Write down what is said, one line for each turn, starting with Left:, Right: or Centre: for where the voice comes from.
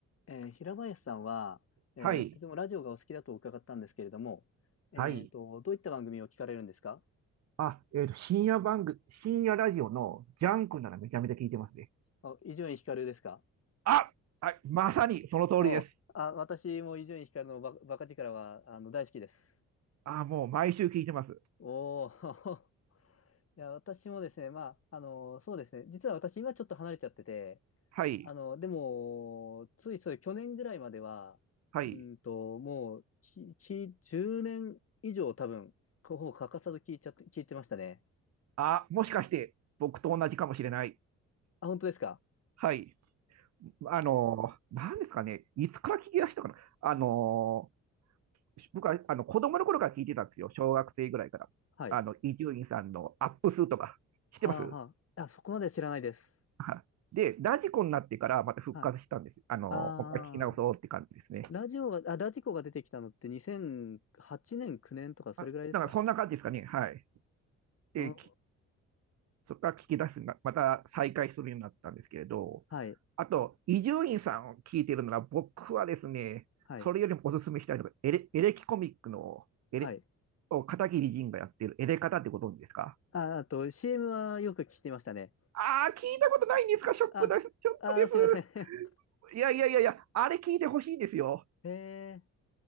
Left: えー平林さんは、えーとてもラジオがお好きだと伺ったんですけれども、
Right: はい。
Left: えーと、
Right: はい。
Left: どういった番組を聞かれるんですか
Right: あ、えっと、深夜番組、深夜ラジオのジャンクならめちゃめちゃ聞いてますね。
Left: はい。あ、伊集院光ですか
Right: あ、はい。まさにその通りです。
Left: おあ、私も伊集院光のバ、バカ力はあの大好きです。
Right: あ、もう毎週聞いてます。
Left: おー <laughs> いや、私もですね、まあ、あの、そうですね、実は私今ちょっと離れちゃってて、
Right: はい。
Left: あの、でも、ついそう去年ぐらいまでは、
Right: はい。
Left: うんと、もう、き、き、10年以上多分、ほぼ欠かさず聞いちゃって、聞いてましたね。
Right: あ、もしかして僕と同じかもしれない。
Left: あ、本当ですか
Right: はい。あのー、なんですかね。いつから聞き出したかな。あのー、僕は、あの、子供の頃から聞いてたんですよ。小学生ぐらいから。
Left: はい。
Right: あの、伊集院さんのアップ数とか、知ってます
Left: はあはあ。あ、そこまでは知らないです。
Right: はいで、ラジコになってからまた復活したんです。
Left: はい。
Right: あのもう一回聞き直そうって感じですね。
Left: ああ、ラジオが、あ、ラジコが出てきたのって2008年、9年とかそれぐらいですか
Right: あ、なんかそんな感じですかね。はい。で、
Left: うん。
Right: きそこから聞き出すな、ままた再開するようになったんですけれど、
Left: はい。
Right: あと、伊集院さんを聞いてるなら、僕はですね、
Left: はい。
Right: それよりもおすすめしたいのが、エレ、エレキコミックの、エレ、
Left: はい。
Right: を片桐仁がやってるエレカタってご存知ですか
Left: あ、あと CM はよく聞いてましたね。
Right: ああー、聞いたことないんですかショックです。
Left: あ、
Right: ちょっとです。
Left: あー、すいません。<laughs>
Right: いやいやいやいや、あれ聞いてほしいんですよ。
Left: へえ、